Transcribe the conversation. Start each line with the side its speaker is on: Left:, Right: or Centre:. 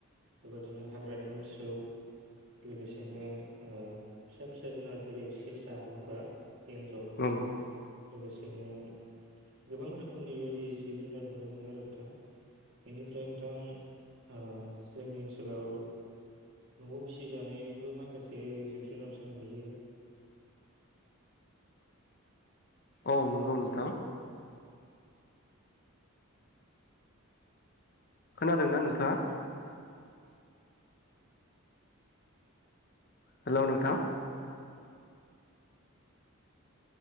Right: बेबादिनो हाग्रानि मोसौ लोगोसेनो ओ फिसा फिसा जुनार जेरै सेेरसा नङा होमबा? एनजर
Left: नंगौ
Right: लोगोसेनो गोबां रोखोमनि बायदि जिब जुनार नुनो मोनो आरो नोंथां बेनिफ्राय नोंथां ओ जोंनि ओनसोलाव नवाव फिसिजानायबो माखासे जिब जुनार जों नुयो।
Left: औ नंगौ नोंथां खोनादोंना नोंथाङा? हेलौ नोंथां